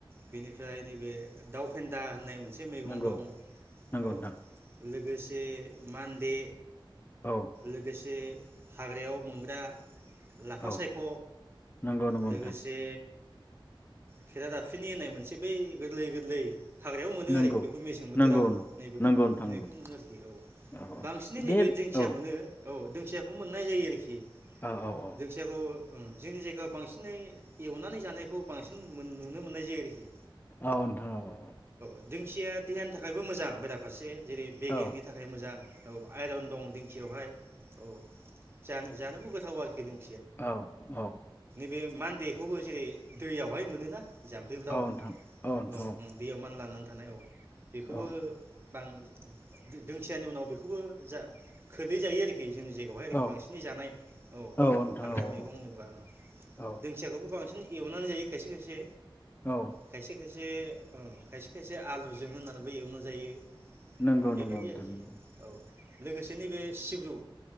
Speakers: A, on the right; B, on the left.
A: बिनिफ्राय नैबे दाउ फेन्दा होननाय मोनसे मोनसे मैगं
B: नंगौ
A: दं
B: नंगौ
A: औ
B: नोंथां
A: लोगोसे दे मान दे
B: औ
A: लोगोसे हाग्रायाव मोनग्रा लाफा
B: औ
A: सायख'
B: नंगौ नंगौ
A: लोगोसे
B: नोंथां
A: खेेरा दाबसिनि होननाय मोनसे बै गोरलै गोरलै हाग्रायाव मोनो
B: नंगौ
A: आरोखि बेखौ मेसें बोथोराव
B: नंगौ नंगौ
A: नैबेखौ
B: नोंथां नंगौ
A: नैखौ मोनो आरोखि औ
B: औ औ
A: बांसिनै
B: बे
A: नैबे दिंखियाखौनो
B: औ
A: औ फिसाखौ मोननाय जायो आरोखि
B: औ औ औ
A: दिंखियाखौ हम जोंनि जायगायाव बांसिनै एवनानै जानायखौ बांसिन नुनो मोननाय जायो आरोखि
B: औ नोथां औ औ
A: दिंखिया देहानि थाखायबो मोजां बेराफारसे जेरै बेगेंनि
B: औ
A: थाखाय मोजां औ आइरन दं दिंखियावहाय औ जानो जानोबो गोथाव आरोखि नों
B: औ औ
A: बे मान्देखौबो जेरै दैयावहाय मोनोना जाम्फैफ्राव
B: औ नोंथां नोंथां
A: औ हम दैयाव मानलानानै थानाय औ बेखौबो
B: औ
A: बां दोंखियानि उनाव बेखौबो जा खोलै जायो आरोखि बे जोंनि जायगायावहाय
B: औ
A: बांसिनै जानाय औ
B: नोंथां
A: हाग्रा
B: औ
A: मैगं होनोबा
B: औ
A: दोंखियाखौबो बांसिन एवनानै जायो खायसे खायसे
B: औ
A: खायसे खायसे खायसे खायसे खायसे आलुजों होननानैबो एवनाय जायो
B: नंगौ
A: बेबायादि
B: नंगौ नोंथां
A: आरोखि
B: नंगौ
A: औ लोगोसे नैबे सिब्रु